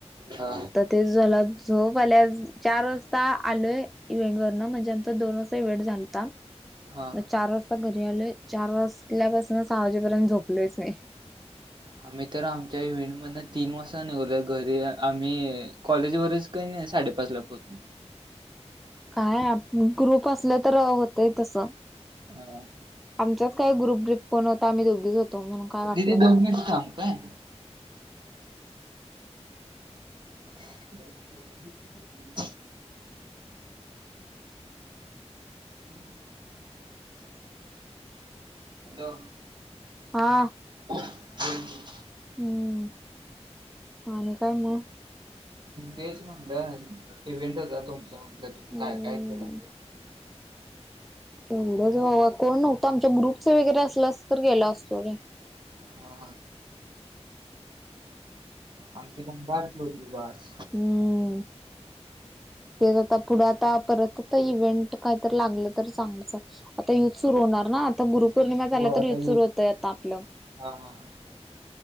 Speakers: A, on the right; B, in the centre.
A: हा
B: म आता ते झला झोप आल्या चार वाजता आलोय इव्हेंट वरनं म्हणजे आमचा दोन वाजता इव्हेंट झालता.
A: हा
B: म चार वाजता घरी आलोय चार वाजल्यापासून सहा वाजेपर्यंत झोपलोयच नाय. <inaudible>
A: आम्ही तर आमच्या इव्हेंट मधन तीन वाजता निघलो घरी आम्ही कॉलेजवरच काही नाही साडेपाचला पोहचलो
B: काय आप ग्रुप असल तर होतय तस.
A: ह
B: आमचाच काय ग्रुप ग्रीप कोण होता आम्ही दोघेच होतो म्हणून काय वाटलं
A: दीदी
B: नाही.
A: दोन मिनिट थांब काय? <inaudible> <inaudible> हॅलो
B: हा
A: बोल <unintelligible>
B: हम् आणि काय म?
A: तेच म्हणलं इव्हेंट होता तुमचा म्हणलं तुम्ही
B: हम्म
A: काय काय केल
B: एवढंच बा कोण नव्हतं आमच्या ग्रुपच वगैरे असलास तर गेला असतो रे
A: हा आमची दम बारची होती बार <inaudible>
B: हम.... तेच आता पुढं आता परत आता इव्हेंट काहीतर लागलं तर सांगत जा आता आता युथ सुरू होणार ना आता गुरुपौर्णिमा झाल्या
A: हो आता
B: तर युथ सुरू होतय आता आपलं.
A: हा हा